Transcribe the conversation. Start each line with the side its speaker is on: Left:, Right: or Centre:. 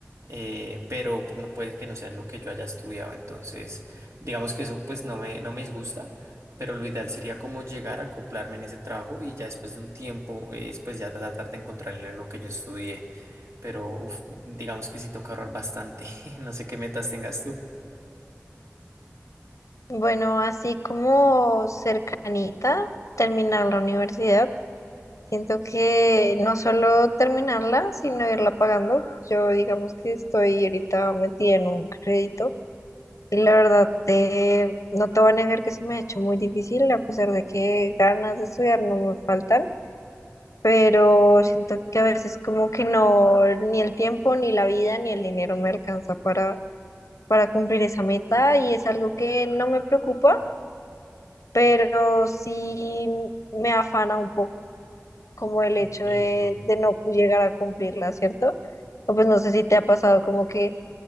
Right: eh, pero no puede que no sea en lo que yo haya estudiado. Entonces, digamos que eso pues no me, no me disgusta, pero lo ideal sería como llegar a acoplarme en ese trabajo y ya después de un tiempo, eh, pues ya tratar de encontrarle en lo que yo estudié. Pero uf, digamos que sí toca ahorrar bastante. <laughs> No sé qué metas tengas tú.
Left: Bueno, así como cercanita, terminar la universidad. Siento que no solo terminarla, sino irla pagando. Yo digamos que estoy ahorita metida en un crédito Y la verdad, eh, no te voy a negar que se me ha hecho muy difícil, a pesar de que ganas de estudiar no me faltan, pero siento que a veces como que no, ni el tiempo, ni la vida, ni el dinero me alcanza para, para cumplir esa meta y es algo que no me preocupa, pero sí me afana un poco como el hecho
Right: Bien,
Left: de,
Right: no.
Left: de no llegar a cumplirla, ¿cierto? O pues no sé si te ha pasado como que